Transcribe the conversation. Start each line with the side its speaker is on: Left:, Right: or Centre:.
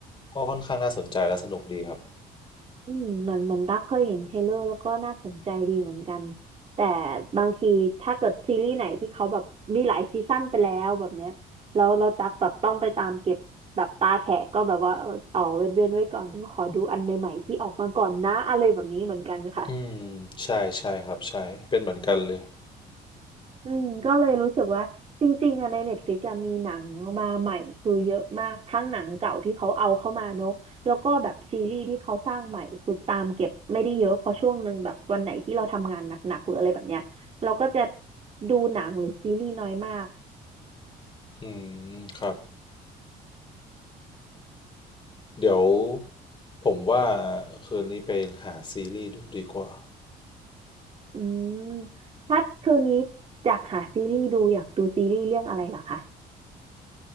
Left: ก็ค่อนข้างน่าสนใจและสนุกดีครับ
Right: อืมเหมือนเหมือนตักเคยเห็นเทรลเลอร์แล้วก็น่าสนใจดีเหมือนกัน แต่บางทีถ้าเกิดซีรีส์ไหนที่เขาแบบมีหลายซีซั่นไปแล้วแบบเนี้ยแล้วเราตักแบบต้องไปตามเก็บแบบตาแฉะก็แบบว่าเอออ๋อเว้นเว้นไว้ก่อนเดี๋ยวขอดูอันใหม่ๆที่ออกมาก่อนนะอะไรแบบนี้เหมือนกันค่ะ
Left: อืมใช่ใช่ครับใช่เป็นเหมือนกันเลย
Right: อืมก็เลยรู้สึกว่าจริงๆอะในเน็ตฟ i ิกอะมีหนังมาใหม่คือเยอะมากทั้งหนังเก่าที่เขาเอาเข้ามาเนอะแล้วก็แบบซีรีส์ที่เขาสร้างใหม่คือตามเก็บไม่ได้เยอะเพราะช่วงหนึ่งแบบวันไหนที่เราทำงานหนักๆหรืออะไรแบบเนี้ยเราก็จะดูหนังหรือซีรีส์น้อยมาก
Left: อืมครับ เดี๋ยวผมว่าคืนนี้ไปหาซีรีส์ดูดีกว่า
Right: อืมถ้าคืนนี้อยากหาซีรีส์ดูอยากดูซีรีส์เรื่องอะไรเหรอคะ